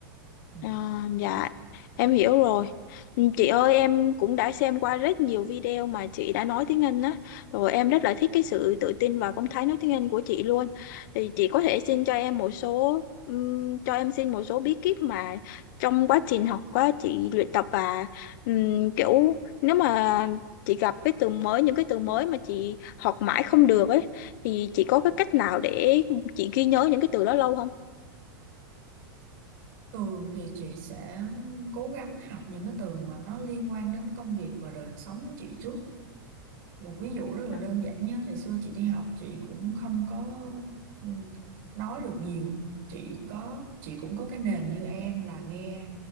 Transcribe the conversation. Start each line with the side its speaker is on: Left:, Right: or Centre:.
Right: Ừ.
Left: À, dạ em hiểu rồi Ừ, chị ơi em cũng đã xem qua rất nhiều video mà chị đã nói tiếng Anh á rồi em rất là thích cái sự tự tin và phong thái nói tiếng Anh của chị luôn thì chị có thể xin cho em một số ừm, cho em xin một số bí kíp mà trong quá trình học quá chị luyện tập và ừm, kiểu nếu mà chị gặp cái từ mới những cái từ mới mà chị học mãi không được ấy thì chị có cái cách nào để chị ghi nhớ những cái từ đó lâu không?
Right: Tường thì chị sẽ cố gắng học những cái từ mà nó liên quan đến công việc và đời sống của chị trước. Một ví dụ rất là
Left: À,
Right: đơn giản nhé, ngày xưa chị đi học chị cũng không có ừ, nói được nhiều. Chị có chị cũng có cái nền như em là nghe